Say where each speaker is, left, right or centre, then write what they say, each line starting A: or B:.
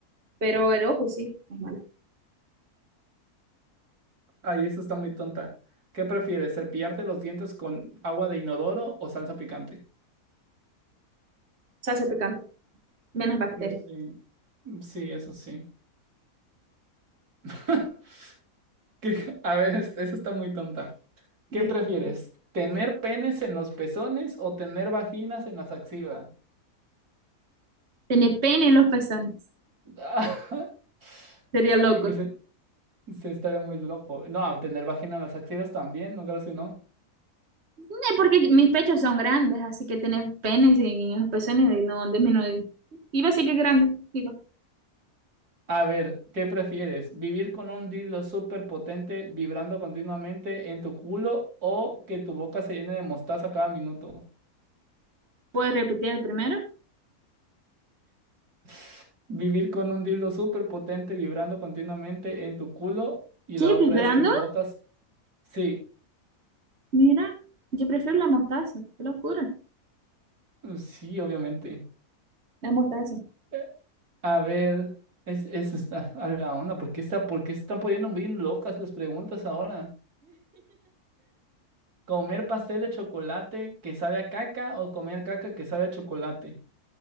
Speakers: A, on the right; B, on the right.
A: Pero el ojo sí, es malo.
B: Ahí esta está muy tonta. ¿Qué prefieres? ¿Cepillarte los dientes con agua de inodoro o salsa picante?
A: Se hace picante, menos bacterias.
B: Mm, Sí, Mm, sí, eso sí. <laughs> ¿Qué- A ver, es- esa está muy tonta. ¿Qué
A: Ve.
B: prefieres? ¿Tener penes en los pezones o tener vaginas en las axilas?
A: Tener pene en los pezones.
B: <laughs>
A: Sería loco.
B: Y que se, se estaría muy loco. No, tener vagina en las axilas también, no creo que no.
A: Eh, porque mis pechos son grandes, así que tener penes en los pezones eh, no disminuye. Iba a decir que es grande. Digo,
B: A ver, ¿qué prefieres? ¿Vivir con un dildo súper potente vibrando continuamente en tu culo o que tu boca se llene de mostaza cada minuto?
A: ¿puedes repetir el primero?
B: <sighs> Vivir con un dildo súper potente vibrando continuamente en tu culo y
A: ¿Qué
B: la otra
A: vibrando?
B: es que tu boca s- Sí,
A: Mira, yo prefiero la mostaza. Qué locura.
B: mm, sí, obviamente.
A: La mostaza.
B: Eh, A ver, es, es está a la onda, ¿por qué está, por qué se están poniendo bien locas las preguntas ahora? ¿Comer pastel de chocolate que sabe a caca o comer caca que sabe a chocolate?